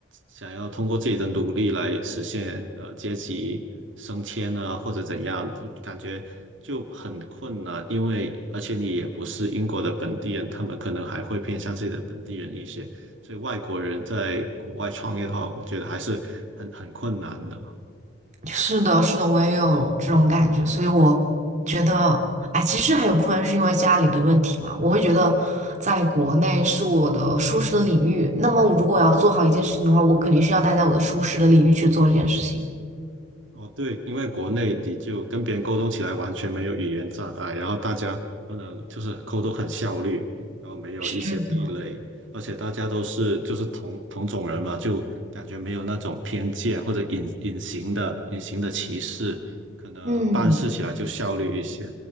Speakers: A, on the right (about 80°); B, on the right (about 40°).
A: 想要通过自己的努力来实现呃阶级升迁啊，或者怎样，就感觉就很困难。因为而且你也不是英国的本地人，他们可能还会偏向自己的本地人一些。所以外国人在国外创业的话，我觉得还是很很困难的。
B: 是的，是的，我也有这种感觉，所以我觉得，哎，其实还有部分是因为家里的问题嘛。我会觉得，在国内是我的舒适的领域，那么我如果我要做好一件事情的话，我肯定是要待在我的舒适的领域去做这件事情。
A: 哦，对，因为国内你就跟别人沟通起来完全没有语言障碍，然后大家都能就是沟通很效率，然后没有一些壁垒，
B: 是的，
A: 而且大家都是就是同同种人嘛，就感觉没有那种偏见或者隐隐形的隐形的歧视，可能办事起来就效率一些，
B: 嗯，